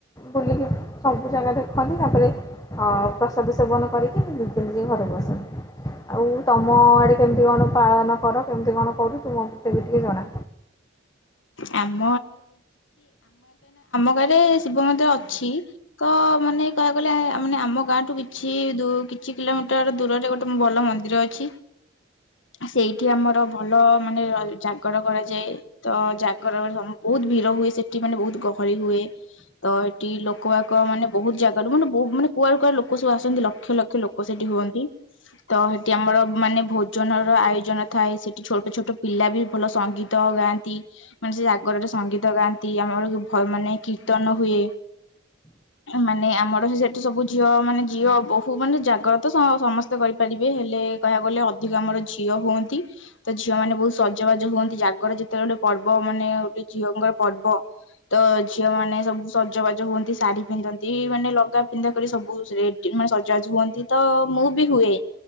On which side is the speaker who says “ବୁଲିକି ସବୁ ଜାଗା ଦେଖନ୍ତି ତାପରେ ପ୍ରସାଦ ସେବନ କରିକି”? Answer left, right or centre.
Left